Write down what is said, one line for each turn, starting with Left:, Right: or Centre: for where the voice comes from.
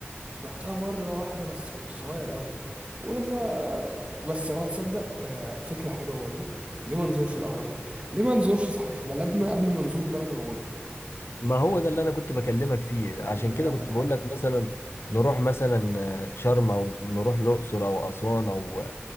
Right: رحتها مرة واحدة بس كنت صغير قوي ولما بس هو تصدق آه، فكرة حلوة برضه ليه ما نزورش الأهرامات ليه ما نزورش صحيح بلدنا قبل ما نزور بلد الغرب
Left: ما هو ده اللي انا كنت بكلمك فيه
Right: ولا
Left: عشان
Right: يعني
Left: كده
Right: عندك
Left: كنت
Right: حق
Left: بقول لك مثلا نروح مثلا آه، شرم او نروح الاقصر او اسوان او